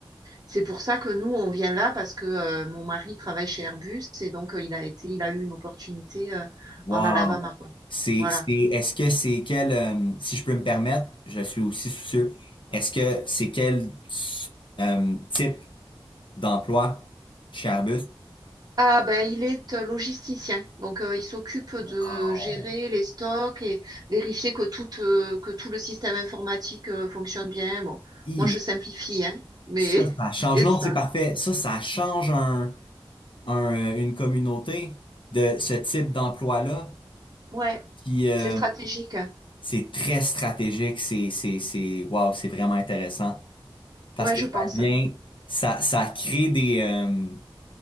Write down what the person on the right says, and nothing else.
C'est pour ça que nous, on vient là parce que euh, mon mari travaille chez Airbus et donc euh, il a été, il a eu une opportunité euh,
en Alabama, quoi.
Voilà.
Ah ben il est euh, logisticien, donc euh, il s'occupe de
gérer les stocks et vérifier que tout euh, que tout le système informatique euh, fonctionne bien. Bon,
moi je simplifie, hein, mais
<laughs>
c'est
ça.
Ouais,
c'est stratégique. hein.
Ouais,
je
pense.